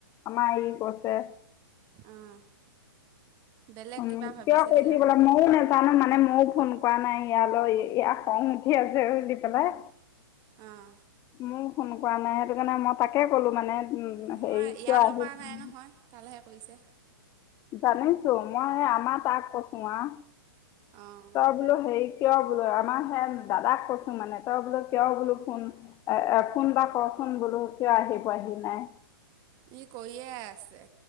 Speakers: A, on the left (about 25°); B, on the right (about 30°).
A: আমাৰ ই কৈছে
B: অঁ। বেলেগ
A: উম,
B: কিবা ভাবিছে
A: কিয় কৈ
B: যে
A: থাকিব
B: আকৌ
A: লাগে, ময়ো নে জানো, মানে ময়ো ফোন কৰা নাই ইয়ালৈ, ইয়াৰ খং উঠি আছে বুলি পেলাই।
B: উম।
A: ময়ো ফোন কৰা নাই সেইটো কাৰণে, মই তাকে ক'লো মানে। উম,
B: নহয়,
A: হেৰি
B: ইয়ালে
A: কিয় আহি
B: কৰা নাই নহয়, তালৈহে কৰিছে।
A: জানিছোঁ, মই আমাৰ তাক কৈছোং আও,
B: অঁ
A: তই বোলো হেৰি কিয় বোলো আমাৰ হে দাদাক কৈছো মানে, তই বোলে কিয় বোলো ফোন অ অ ফোন এটা কৰচোন বোলো কিয় আহি পোৱাহি নাই।
B: ই কৰিয়ে আছে